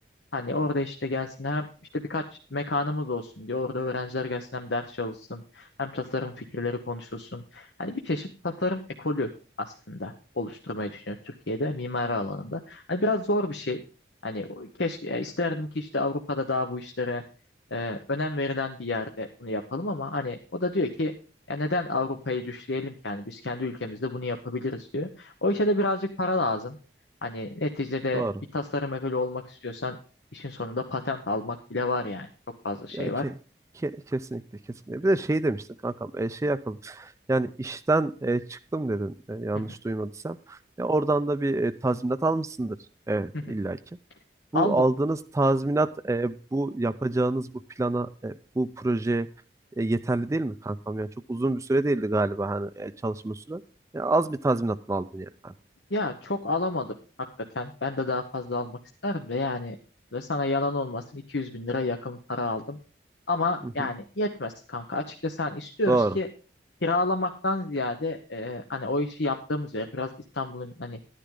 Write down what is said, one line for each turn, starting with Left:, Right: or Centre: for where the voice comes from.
Left: Hani orada işte gelsin hem işte birkaç mekanımız olsun diye orada öğrenciler gelsin hem ders çalışsın hem tasarım fikirleri konuşulsun. Hani bir çeşit tasarım ekolü aslında oluşturmayı düşünüyor Türkiye'de mimari alanında. Hani biraz zor bir şey. Hani o- keşke e, isterdim ki işte Avrupa'da daha bu işlere e, önem verilen bir yerde bunu yapalım ama hani o da diyor ki ya neden Avrupa'yı düşleyelim ki yani biz kendi ülkemizde bunu yapabiliriz diyor. O işe de birazcık para lazım. Hani neticede
Right: Doğru.
Left: bir tasarım ekolü olmak istiyorsan İşin sonunda patent almak bile var yani. Çok fazla şey
Right: Ya
Left: var.
Right: ke, ke- kesinlikle kesinlikle. Bir de şey demiştin kankam e, şey yakaladım. Yani işten e, çıktım dedin e, yanlış
Left: Hı hı,
Right: duymadıysam. Ya oradan da bir e, tazminat almışsındır e,
Left: hı hı.
Right: illaki. Bu
Left: Aldım.
Right: aldığınız tazminat e, bu yapacağınız bu plana e, bu projeye e, yeterli değil mi kankam? Yani çok uzun bir süre değildi galiba hani e, çalışma süre. Ya az bir tazminat mı aldın yani? kanka?
Left: Ya çok alamadım hakikaten. Ben de daha fazla almak isterim de yani ve sana yalan olmasın 200 bin lira yakın para aldım. Ama
Right: Hı hı.
Left: yani yetmez kanka. Açıkçası hani istiyoruz
Right: Doğru.
Left: ki kiralamaktan ziyade e, hani o işi yaptığımız yer biraz İstanbul'un hani